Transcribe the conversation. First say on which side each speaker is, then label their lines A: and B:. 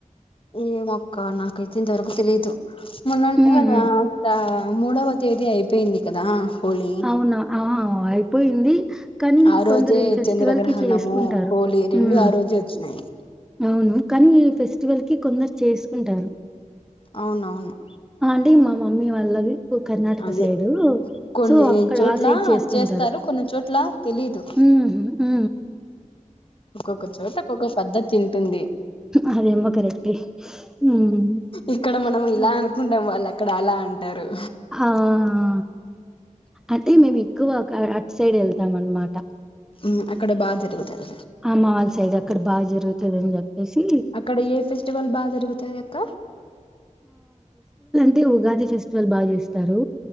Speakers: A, on the left; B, in the centre.
A: ఏమో అక్క నాకైతే దొరుకుతలేదు మోన్న
B: హ్మ్
A: కదా
B: హ్మ్
A: అత్త అ మూడవ తేదీ అయిపోయింది కదా హోలీ
B: అవునా అ అయిపోయింది కానీ ఇక
A: ఆ రోజే
B: కొందరు ఫెస్టివల్
A: చంద్రగ్రహణము
B: కి చేసుకుంటారు
A: హోలీ రెండు
B: ఉమ్
A: ఆ రోజే వచ్చినాయి
B: అవును కానీ ఈ ఫెస్టివల్ కి కొందరు చేసుకుంటారు.
A: అవునవును
B: ఆ అంటే మా మమ్మీ వాళ్ళది కర్ణాటక
A: అదే
B: సైడు
A: కొన్ని
B: సో అక్కడ
A: చోట్ల
B: ఆ సైడ్ చేసుకుంటారు
A: చేస్తారు కొన్ని చోట్ల తెలీదు
B: ఉ ఊఉ
A: కోక్క చోట ఒక్కో పద్ధతి ఉంటుంది
B: అదేమో కరెక్టే హ్మ్.
A: ఇక్కడ మనం ఇలా
B: హ్మ్.
A: అనుకుంటాం వాళ్ళు అక్కడ అలా అంటారు
B: ఆ ఆ అంటే మేము ఎక్కువ అట్ సైడ్ వెళ్తాం అనమాట
A: మ్ అక్కడ బాగా జరుపుతారు
B: మా వాళ్ళ సైడ్ అక్కడ బాగా జరుగుతది అని చెప్పేసి
A: అక్కడ ఏ ఫెస్టివల్ బా గా జరుగుతాయ్ అక్క
B: అతే ఉగాది ఫెస్టివల్ బాగా చేస్తారు